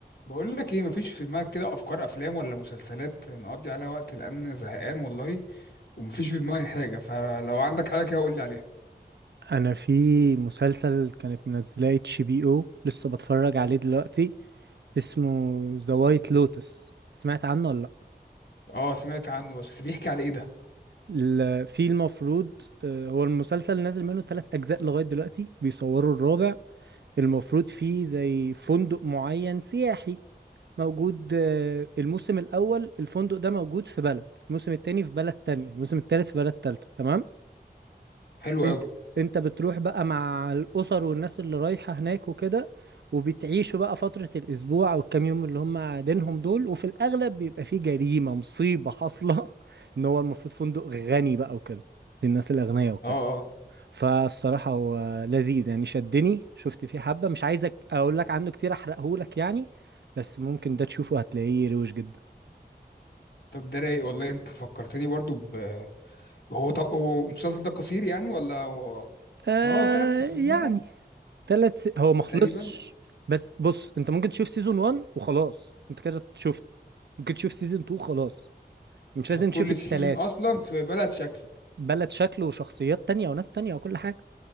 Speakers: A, on the left; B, on the right.
A: بقول لك ايه مفيش في دماغك كده افكار افلام ولا مسلسلات نقضي عليها وقت لان زهقان والله ومفيش في دماغي حاجه فلو عندك حاجه كده قول لي عليها
B: انا في مسلسل كانت منزلاه اتش بي او لسه بتفرج عليه دلوقتي اسمه ذا وايت لوتس سمعت عنه ولا لا
A: اه سمعت عنه بس بيحكي على ايه ده
B: ال- في المفروض آه، هو المسلسل نازل منه ثلاث اجزاء لغايه دلوقتي بيصوروا الرابع المفروض فيه زي فندق معين سياحي موجود آه، الموسم الاول الفندق ده موجود في بلد الموسم التاني في بلد تانية الموسم التالت في بلد تالتة تمام
A: حلو
B: انت
A: قوي
B: انت بتروح بقى مع الاسر والناس اللي رايحة هناك وكده وبتعيشوا بقى فترة الأسبوع أو الكام يوم اللي هم قاعدينهم دول وفي الأغلب بيبقى فيه جريمة مصيبة حاصلة <laughs> إن هو المفروض فندق غني بقى وكده للناس الأغنياء وكده
A: اه اه
B: فالصراحة هو لذيذ يعني شدني شفت فيه حبة مش عايزك أقول لك عنه كتير أحرقهولك يعني بس ممكن ده تشوفه هتلاقيه روش جدا
A: طب ده رايق والله انت فكرتني برضو ب هو ط... هو المسلسل ده قصير يعني ولا هو
B: آه
A: اه ثلاث سيزونات
B: يعني ثلاث س... هو ما خلصش
A: تقريبا
B: بس بص انت ممكن تشوف سيزون 1 وخلاص انت كده شفت ممكن تشوف سيزون 2 خلاص مش
A: عشان
B: لازم تشوف
A: كل
B: التلاتة
A: سيزون اصلا في بلد شكل
B: بلد شكل وشخصيات تانية وناس تانية وكل حاجة